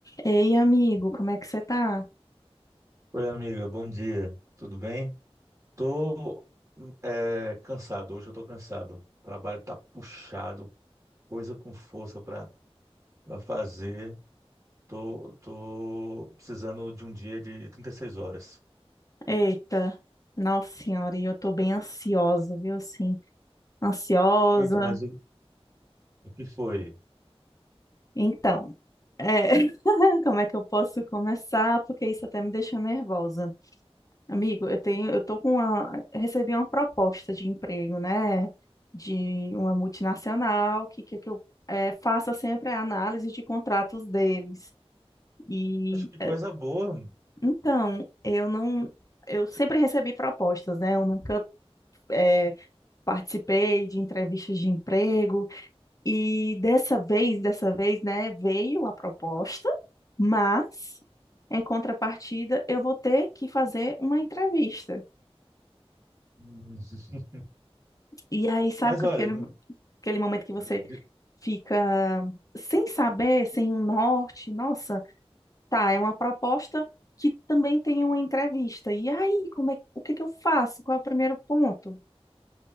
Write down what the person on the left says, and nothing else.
Ei, amigo, como é que você tá?
Eita, nossa senhora, e eu tô bem ansiosa, viu? Assim, ansiosa.
Então, é, <laughs> como é que eu posso começar? Porque isso até me deixa nervosa. Amigo, eu tenho, eu tô com uma, recebi uma proposta de emprego, né? De uma multinacional, que que, que eu é, faça sempre a análise de contratos deles. E,
é,
então, eu não, eu sempre recebi propostas, né? Eu nunca é, participei de entrevistas de emprego e dessa vez, dessa vez, né, veio a proposta, mas em contrapartida eu vou ter que fazer uma entrevista.
E aí, sabe
com
aquele,
aquele momento que você
fica sem saber, sem um norte, nossa, tá, é uma proposta que também tem uma entrevista. E aí, como é, o que que eu faço? Qual é o primeiro ponto?